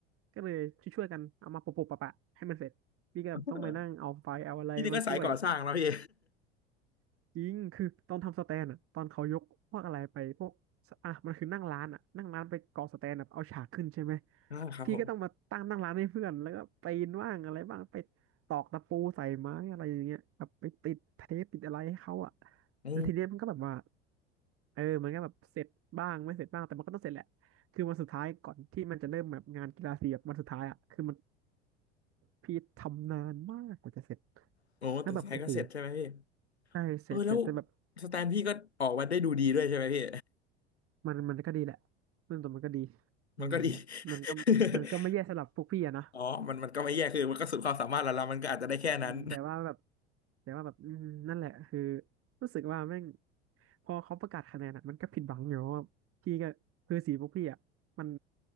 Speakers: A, on the right; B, on the left.
A: ก็เลยช่วยๆกันเอามาปะปะปะๆให้มันเสร็จพี่ก็แบบต้องไปนั่งเอาไฟล์เอาอะไรมาช่วย
B: เออพี่นี่ก็สายก่อสร้างแล้วพี่
A: จริงคือตอนทำสแตนอะตอนเขายกพวกอะไรไปพวกอ่ะมันคือนั่งร้านอะนั่งร้านไปก่อสแตนแบบเอาฉากขึ้นใช่ไหม
B: <laughs> อ่าครับผม
A: พี่ก็ต้องมาตั้งนั่งร้านให้เพื่อนแล้วก็ปีนว่างอะไรบ้างไปตอกตะปูใส่ไม้อะไรอย่างเงี้ยแบบไปติดเทปติดอะไรให้เขาอะ
B: โอ้
A: แล้วทีเนี้ยมันก็แบบว่าเออมันก็แบบเสร็จบ้างไม่เสร็จบ้างแต่มันก็ต้องเสร็จแหละคือวันสุดท้ายก่อนที่มันจะเริ่มแบบงานกีฬาสีแบบวันสุดท้ายอ่ะคือมัน พี่ทำนานมากกว่าจะเสร็จ
B: โอ้แต่สายเก็เสร็จใช่ไหมพี่
A: แล้วแบบโอ้โหใช่เสร็จเสร็จแต่แบบ
B: เออแล้วสแตนพี่ก็ออกมาได้ดูดีด้วยใช่ไหมพี่
A: มันมันก็ดีแหละเรื่องตัวมันก็ดี
B: <laughs>
A: อืม
B: มันก็ดี <laughs>
A: มันก็มันก็ไม่แย่สำหรับพวกพี่อะนะ
B: อ๋อมันมันก็ไม่แย่คือมันก็สุดความสามารถแล้วละมันก็อาจจะได้แค่นั้น
A: อืมแต่ว่าแบบแต่ว่าแบบอืมนั่นแหละคือรู้สึกว่าแม่งพอเขาประกาศคะแนนอะมันก็ผิดหวังอยู่เพราะว่าพี่ก็คือสีพวกพี่อะมัน